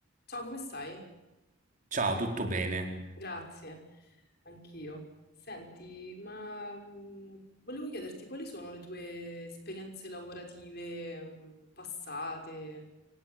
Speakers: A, on the left; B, on the right.
A: Ciao, come stai?
B: Ciao, tutto bene?
A: Grazie, anch'io. Senti, ma mh, volevo chiederti quali sono le tue esperienze lavorative mh, passate?